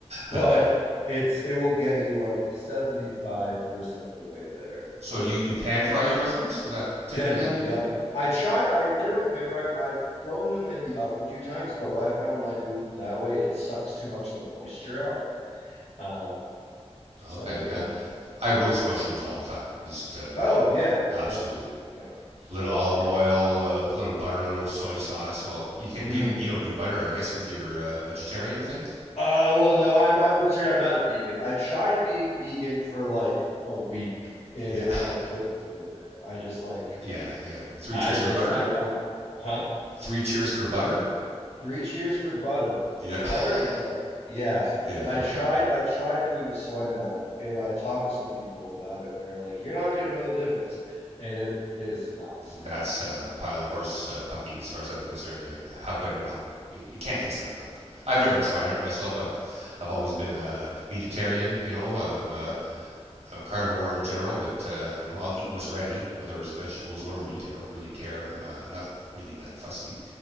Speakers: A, on the left; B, on the right.
A: but
B: Uh,
A: it's it will get you like 75% of the way there.
B: so do
A: So
B: you you pan fry your mushrooms? Is that typically
A: generally,
B: how you do
A: yep.
B: it?
A: I try. I generally pan fry them. 'em. I've thrown them in the oven a few times, but what I found when I do that way, it sucks too much of the moisture out. Um, so
B: Okay,
A: I'll put
B: yeah.
A: them on the. pan.
B: I roast mushrooms all the time. Just uh,
A: Oh yeah,
B: Absolutely.
A: that's yeah,
B: A little olive
A: yeah.
B: oil, uh, a little butter, a little soy sauce. Well, you can't.
A: Mm.
B: You, you don't do butter, I guess, with your uh, vegetarian thing.
A: Uh, well, no, I'm I'm vegetarian. I'm not vegan. I tried being vegan for like a week, and
B: Yeah.
A: it I couldn't do it, man. I just like
B: Yeah. Yeah. Three
A: I
B: cheers
A: just
B: for butter.
A: I I huh?
B: Three cheers for butter.
A: Three cheers for butter, man.
B: Yeah. <laughs>
A: Butter and milk. Yeah.
B: Yeah.
A: I tried
B: Okay.
A: I tried doing the soy milk, and I talked to some people about it, and they're like, "You're not gonna know the difference," and it is not the same.
B: That's a pile of horse uh, pucky, as far as I'm concerned. Yeah. How could it not? It can't taste like milk. I've never tried it myself. I've I've always been a meatitarian. You know, I've uh,
A: Yeah.
B: uh, carnivore in general, but uh, you know I'll eat what's ready, whether it's vegetables or meat. I don't really care. I'm uh, not really that fussy.